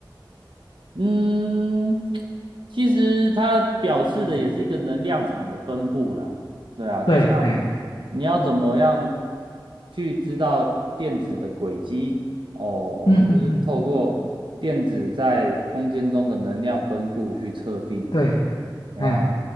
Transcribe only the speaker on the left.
嗯，
对，哎，
嗯嗯嗯，对，
哎